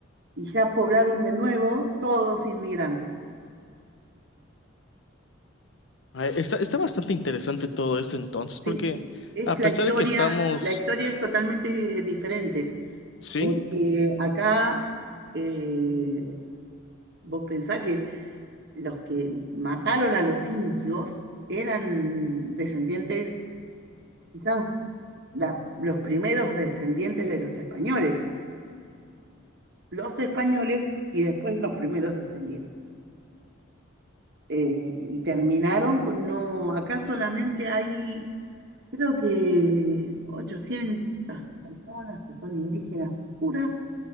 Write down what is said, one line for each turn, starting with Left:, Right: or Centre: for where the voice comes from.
Right: y ya poblaron de nuevo todos inmigrantes.
Left: Ah, Está, está bastante interesante todo esto entonces,
Right: Sí,
Left: porque
Right: es
Left: a pesar
Right: la historia,
Left: de que estamos,
Right: la historia es totalmente diferente,
Left: sí,
Right: porque acá eh, vos pensás que los que mataron a los indios eran descendientes, quizás la- los primeros descendientes de los españoles, los españoles y después los primeros descendientes. Eh, y terminaron con, no, acá solamente hay Creo que 800 personas que son indígenas puras